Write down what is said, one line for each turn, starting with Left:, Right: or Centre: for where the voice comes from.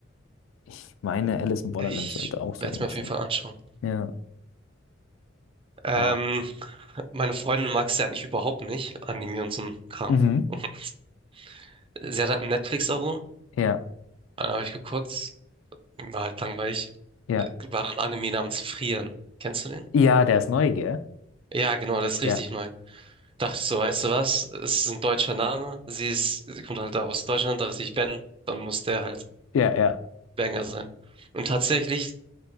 Left: ich meine, Alice in Borderland
Right: Ich
Left: sollte auch so
Right: werde
Left: ähnlich
Right: es mir auf
Left: sein.
Right: jeden Fall anschauen.
Left: Ja.
Right: Ähm,
Left: Boah.
Right: meine Freundin mag es ja eigentlich überhaupt nicht, Anime und so ein Kram.
Left: Mhm.
Right: <laughs> Sie hat halt ein Netflix-Abo,
Left: Ja,
Right: dann habe ich geguckt, war halt langweilig.
Left: ja.
Right: Äh, War ein Anime namens Frieren. Kennst du den?
Left: Ja, der ist neu, gell?
Right: Ja, genau, das ist
Left: Ja,
Right: richtig neu. Dachte ich so, weißt du was? Es ist ein deutscher Name. Sie ist, sie kommt halt aus Deutschland. Dachte ich, wenn, dann muss der halt
Left: ja, ja.
Right: Banger sein. Und tatsächlich,